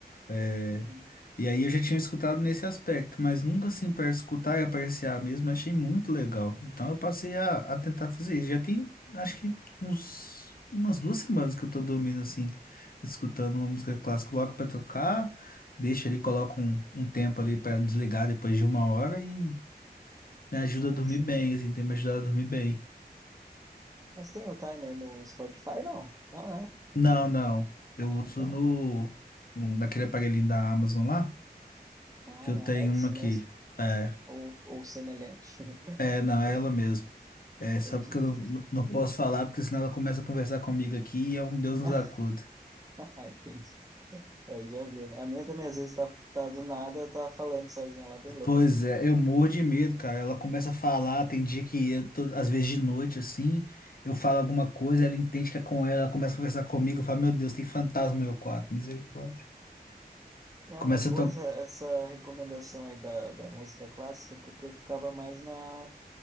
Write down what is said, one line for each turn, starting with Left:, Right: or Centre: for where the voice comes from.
Left: eh,
Right: Uhum.
Left: E aí eu já tinha escutado nesse aspecto, mas nunca assim para escutar e apreciar mesmo, eu achei muito legal. Então eu passei a, a tentar fazer isso. Já tem, acho que uns, umas duas semanas que eu tô dormindo assim, escutando uma música clássica, coloco para tocar, deixo ali, coloco um, um tempo ali para desligar depois de uma hora e me ajuda
Right: Nossa,
Left: a dormir bem,
Right: bo-
Left: assim, tem me ajudado a dormir bem.
Right: mas tem o timer no Spotify, não? Não, né?
Left: Não,
Right: Tem.
Left: não. Eu
Right: Ah,
Left: uso
Right: tá.
Left: no, no- naquele aparelhinho da Amazon lá,
Right: Ah,
Left: que eu
Right: na
Left: tenho
Right: Alexa
Left: uma aqui.
Right: mesmo.
Left: É,
Right: Ou, ou semelhante. <laughs>
Left: é, não, é
Right: Entendi,
Left: ela mesmo. É, só
Right: entendi,
Left: porque
Right: entendi.
Left: eu não, não posso falar, porque senão ela começa a conversar comigo aqui e é um Deus nos
Right: <laughs>
Left: acuda.
Right: Ah, entendi. Aí já viu. né? A minha também às vezes tá, tá do nada, tá falando sozinha lá, bem louca.
Left: Pois é, eu morro de medo, cara. Ela começa a falar, tem dia que eu tô, às vezes de noite assim, eu falo alguma coisa, ela entende que é com ela, ela começa a conversar comigo, eu falo, meu Deus, tem fantasma no meu quarto, misericórdia.
Right: Não,
Left: Começa
Right: mas
Left: a
Right: boa
Left: tocar.
Right: essa, essa recomendação aí da, da música clássica, porque eu ficava mais na